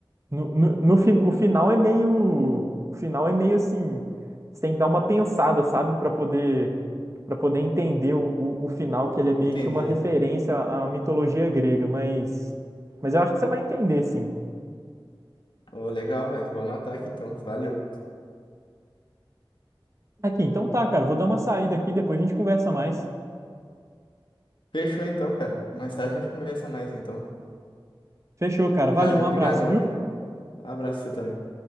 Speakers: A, on the right; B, on the left.
A: No, no, no fin- o final é meio, o final é meio assim, você tem que dar uma pensada, sabe, para poder para poder entender o, o, o final, que ele é meio
B: Entender,
A: que uma referência
B: né?
A: à, à mitologia grega, mas mas eu acho que você vai entender, sim.
B: Ô, legal, velho. Vou anotar aqui então. Valeu.
A: Aqui, então tá, cara, vou dar uma saída aqui, depois a gente conversa mais.
B: Fechou então, cara. Mais tarde a gente conversa mais então.
A: Fechou, cara.
B: Valeu,
A: Valeu, um abraço,
B: brigadão
A: viu?
B: aí. Abraço pra você também.